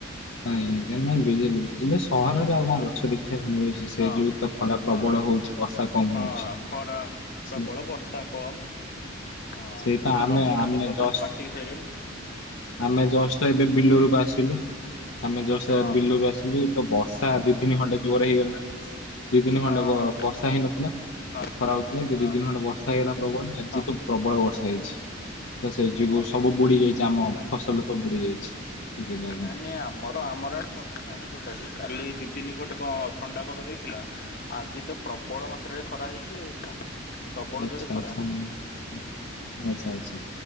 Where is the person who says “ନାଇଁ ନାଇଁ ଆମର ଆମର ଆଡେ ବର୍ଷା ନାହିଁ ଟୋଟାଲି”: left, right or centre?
Left